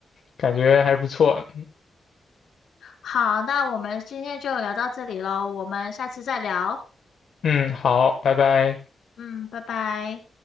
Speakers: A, on the left; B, on the left.
A: 感觉还是不错。
B: 好，那我们今天就聊到这里喽，我们下次再聊。
A: 嗯，好，拜拜。
B: 嗯，拜拜。